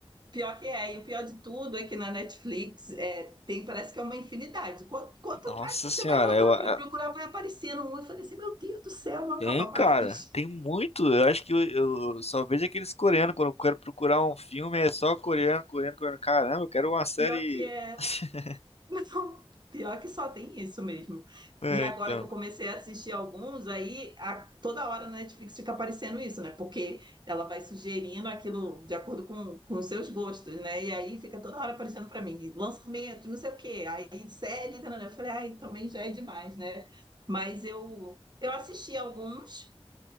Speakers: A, on the right; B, on the left.
A: Pior que é, e o pior de tudo é que na Netflix é, tem, parece que é uma infinidade. Quanto, quanto
B: Nossa
A: mais você
B: senhora,
A: vai botando
B: eu, a-
A: para procurar, vai aparecendo um. Eu falei assim, meu Deus do céu, não
B: tem,
A: acaba mais.
B: cara, tem muito. Eu acho que eu, eu só vejo aqueles coreanos. Quando eu quero procurar um filme, é só coreano, coreano, coreano. Caramba, eu quero uma série.
A: Pior que é
B: <laughs>
A: Então, pior que só tem isso mesmo.
B: É,
A: E agora
B: então.
A: que eu comecei a assistir alguns, aí a- toda hora na Netflix fica aparecendo isso, né? Porque ela vai sugerindo aquilo de acordo com, com os seus gostos, né? E aí fica toda hora aparecendo pra mim, lançamento, não sei o quê. Aí série, tá, né? eu falei, ai, também já é demais, né? Mas eu, eu assisti alguns.